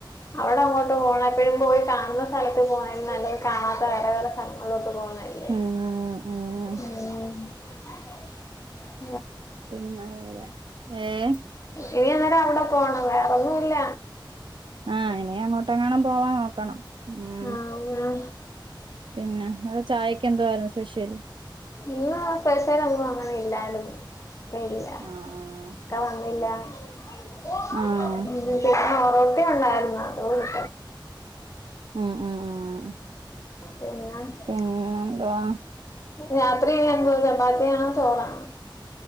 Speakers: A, on the left; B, on the right.
A: അവിടെ അങ്ങോട്ട് <unintelligible> എപ്പഴും പോയി കാണുന്ന സ്ഥലത്ത് പോണേലും നല്ലത് കാണാത്ത വേറെ വേറെ സ്ഥലങ്ങളിലോട്ട് പോവു ന്നല്ലേ
B: ഉം ഉം
A: ഊം <inaudible>
B: <unintelligible> ഏ
A: ഇനി അന്നേരം അവിടെ പോണം വേറെൊന്നുല്ല
B: ആ ഇനി അങ്ങോട്ട് എങ്ങാണും പോവാൻ നോക്കണം മ്
A: ആ ആ
B: പിന്നെ അല്ല ചായക്ക് എന്തുവായിരുന്നു സ്പെഷ്യല്
A: ഇന്ന് സ്‌പെഷലൊന്നും അങ്ങനെ ഇല്ലാര് ന്ന് <unintelligible>
B: ആഹ് ആഹ്
A: ഇക്ക വന്നില്ല <inaudible>
B: ആഹ്
A: <unintelligible> റൊട്ടി ഉണ്ടാര്ന്നു <unintelligible>
B: ഉം ഉം ഉം
A: പിന്നെ
B: പിന്നെന്ത്വാ
A: രാത്രി <unintelligible> എന്തു ചപ്പാത്തിയാണോ ചോറാണോ